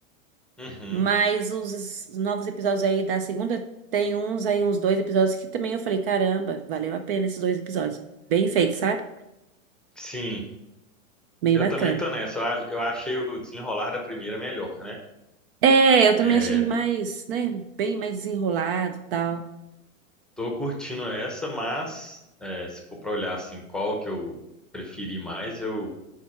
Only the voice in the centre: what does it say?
Uhum.
Sim,
eu
também tô nessa. Eu a- eu achei o desenrolar da primeira melhor, né?
É,
tô curtindo essa, mas é, se for pra olhar assim, qual que eu preferi mais, eu,